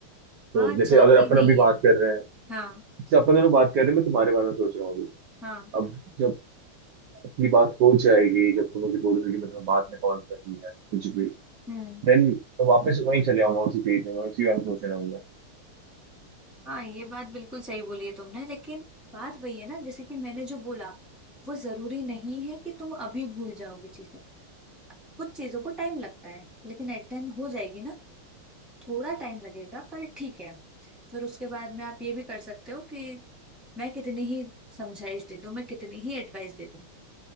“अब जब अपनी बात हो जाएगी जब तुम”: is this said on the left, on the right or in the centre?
Right